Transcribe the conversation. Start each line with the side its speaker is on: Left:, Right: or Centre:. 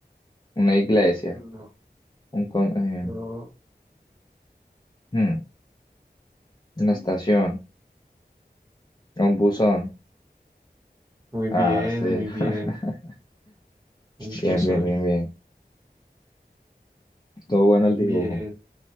Left: una iglesia,
Right: No,
Left: un con- eh,
Right: no.
Left: hmm, una estación, un buzón.
Right: Muy
Left: Ah,
Right: bien,
Left: sí.
Right: muy bien.
Left: <laughs>
Right: Un
Left: Bien,
Right: buzón.
Left: bien, bien, bien. Todo bueno el dibujo.
Right: Bien.